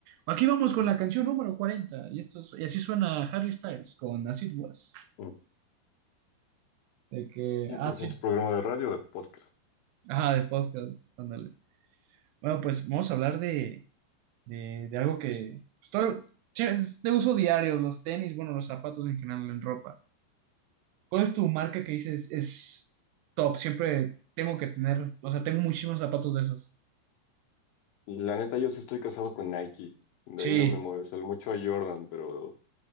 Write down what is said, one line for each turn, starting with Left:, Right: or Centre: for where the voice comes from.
Right: aquí vamos con la canción número 40 y esto es- y así suena Harry Styles con As It Was.
Left: Mm,
Right: De que,
Left: 100%
Right: ah, sí,
Left: programa de radio, de podcast.
Right: ajá, de podcast, ándale. Bueno, pues vamos a hablar de, de, de algo que pues, todo- sí, es de uso diario, los tenis, bueno, los zapatos en general, en ropa. ¿Cuál es tu marca que dices es top? Siempre tengo que tener, o sea, tengo muchísimos zapatos de esos.
Left: La neta, yo sí estoy casado con Nike. De
Right: Sí,
Left: ahí no me mueve, sale mucho a Jordan, pero